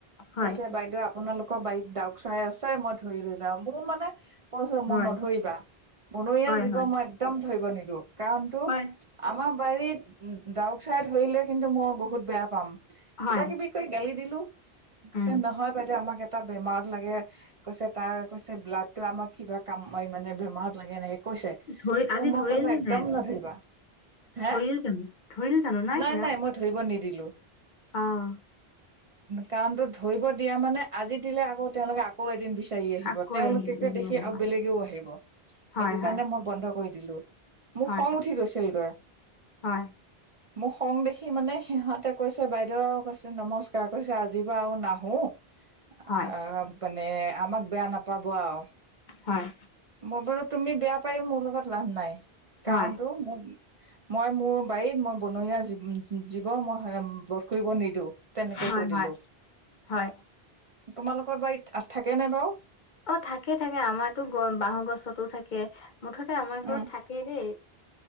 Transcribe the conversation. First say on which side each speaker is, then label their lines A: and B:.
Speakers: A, on the left; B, on the right.
A: হয়
B: কৈছে বাইদেউ আপোনালোকৰ বাৰীত ডাউক চৰাই আছে মই <unintelligible> ধৰি লৈ যাওঁ। মোৰ মানে কৈছো
A: হয়
B: মোৰ নধৰিবা বনৰীয়া
A: হয়
B: জীৱ
A: হয়
B: মই একদম <unintelligible> নিদো কাৰণটো
A: হয়
B: আমাৰ বাৰিত ডাউক চয়াই ধৰিলে কিন্তু মই বহুত বেয়া পাম
A: হয়
B: কিবা কিবি কৈ গালি দিলো। <unintelligible> পিছে
A: উম
B: নহয় বাইদেউ আমাক এটা বেমাৰত লাগে। কৈছে তাৰ কৈছে ব্লাডটো আমাক কিবা কাম মানে বেমাৰত লাগে এনেকে। কৈছে।
A: ধৰি আজি
B: মই
A: ধৰিল
B: কলো
A: নে
B: একদম
A: নাই আকৌ?
B: নধৰিবা। হা
A: ধৰিল জানো ধৰিল জানো
B: নাই
A: ধৰা
B: নাই মই ধৰিব নিদি লো।
A: অ'
B: কাৰনটো ধৰিব দিয়া মানে আজি দিলে আকৌ তেওঁলোকে আকৌ এদিন বি চাৰি আহিব
A: আকৌ
B: তেওঁলোকেকে
A: আহিম এদিন
B: দেখি
A: আহিবা
B: আৰু বেলেগেও আহিব। সেইটো
A: হয় হয়
B: কাৰণে মই বন্ধ কৰি দিলো। <unintelligible> মোক
A: হয়
B: খং উঠি গৈছিলগৈ।
A: হয়
B: মোক খং দেখি মানে সিহঁতে কৈছে বাইদেউ কৈছে নমস্কাৰ কৈছে আজিৰ পৰা আৰু নাহো। আহ
A: হয়
B: মানে আমাক বেয়া নাপাব আৰু।
A: হয়
B: মই বু তুমি বেয়া পায়ও মোৰ লগত লাভ নাই।
A: হয়
B: কাৰণটো মোৰ মই মোৰ বাৰীত মই বনৰীয়া জী জীৱ মই কৰিব নিদিওঁ। তেনেকে
A: হয়
B: কৈ দিলো
A: হয় হয়
B: তোমালোকৰ বাৰিত থাকে নাই বাৰু?
A: অ থাকে থাকে আমাৰটো বাঁহৰ গছতো থাকে। মুঠতে আমাৰ
B: উম
A: ঘৰত থাকেই দেই।